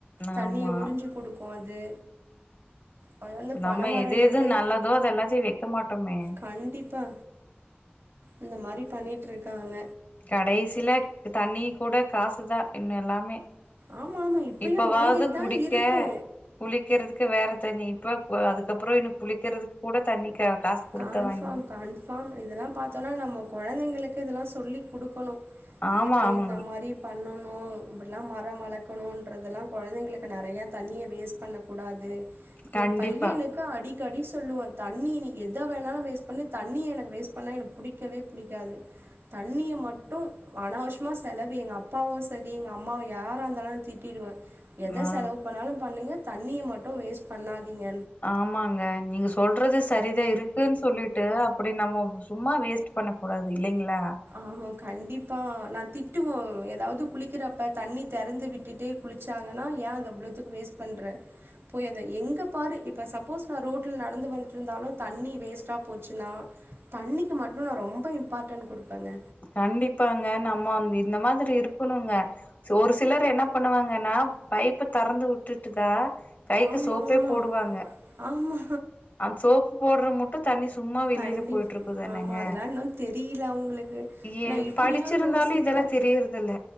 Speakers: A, on the right (about 90°); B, on the left (about 50°).
A: தண்ணிய
B: ஆமா
A: உறிஞ்சு குடுக்கு அது வளர்ந்த
B: நம்ம
A: பன மரன்றதே
B: எது எது நல்லதோ அது எல்லாத்தையு வெக்க மாட்டோமே
A: கண்டிப்பா இந்த மாரி பண்ணிட்டு இருக்காங்க
B: கடைசில தண்ணி கூட காசுதா இங்க எல்லாமே
A: ஆமா ஆமா இப்பயு
B: இப்பவாவது
A: வாங்கிட்டு தா
B: குடிக்க
A: இருக்கோ
B: குளிக்கிறதுக்கு வேற தண்ணி இப்ப அதுக்கப்பறோ இன்னோ குளிக்கிறதுக்கு கூட தண்ணி காசு குடுத்தா
A: கன்ஃபார்ம்
B: வாங்கணு
A: கன்ஃபார்ம் இதெல்லா பாத்தோமன்னா நம்ம கொழந்தைங்களுக்கு இதெல்லா சொல்லி கொடுக்கணு
B: ஆமா
A: இயற்கை
B: ஆமாங்
A: இந்த மாரி பண்ணணு இப்படிலா மரம் வளர்க் ணும்ன்ற தெல்லா கொழந்தைங்களுக்கு நெறையா தண்ணிய வேஸ்ட் பண்ணக்கூடாது
B: கண்டிப்பா
A: என் பையனுக் க்கு அடிக்கடி சொல்லுவ தண்ணி நீ எது எத வேணாலு வேஸ்ட் பண்ணு தண்ணிய எனக்கு வேஸ்ட் பண்ணா எனக்கு பிடிக்கவே பிடிக்காது தண்ணிய மட்டு அனாவசியமா செலவு எங்க அப்பாவு செரி எங்க அம்மாவு யாரா இருந்தாலு தீட்டிடுவே எத
B: ஆ
A: செலவு பண்ணாலு பண்ணுங்க தண்ணிய மட்டு வேஸ்ட் பண்ணாதீங்க
B: ஆமாங்க நீங்க சொல்றது சரிதே இருக்குன்னு சொல்லிட்டு அப்டி நம்ம சும்மா வேஸ்ட் பண்ண கூடாது இல்லைங்களா
A: ஆமா கண்டிப்பா நா திட்டுவோ ஏதாவது குளிக்கிறப்ப தண்ணி திறந்து விட் விட்டுட்டே குளிச்சாங்கன்னா ஏ அந்த இவ்ளோத்துக்கு வேஸ்ட் பண்ற போய் அத எங்க பாரு இப்ப சப்போஸ் நா ரோட்டல நடந்து வந்துட்டு இருந்தாலு தண்ணி வேஸ்ட்டா போச்சுனா தண்ணிக்கு மட்டு நா ரொம்ப இம்பாட்டன்ட் கொடுப்பேங்க
B: கண்டிப்பாங்க நம்ம வந்து இந்த மாதிரி இரு இருக்கனுங்க ஒரு சிலர் என்ன பண்ணுவாங்கன்னா பைப்ப தெறந்து விட்டுட்டுக கைக்கு
A: ஆமா
B: சோப்பே
A: ஆமா
B: போடுவாங்க
A: ஆமா
B: அ சோப்பு போடுற மட்டு தண்ணி சும்மா வெளியில
A: கண்டிப்
B: போயிட்டு இருக்குதானங்க
A: ஆமா அதெல்லாம் இன்னும் தெரியல அவங்களுக்கு
B: ஏ
A: நான் இப்படியும்
B: படிச்சிருந்தாலு
A: யோசிப்பேன்
B: இதெல்லா தெரியறதுல்ல